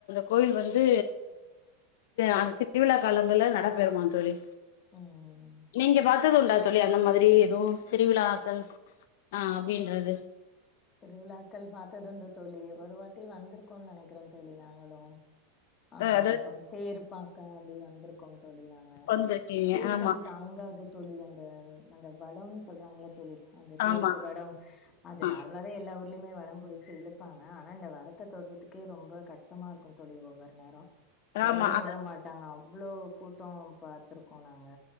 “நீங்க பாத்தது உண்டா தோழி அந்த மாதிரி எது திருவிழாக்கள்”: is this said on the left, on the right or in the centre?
Left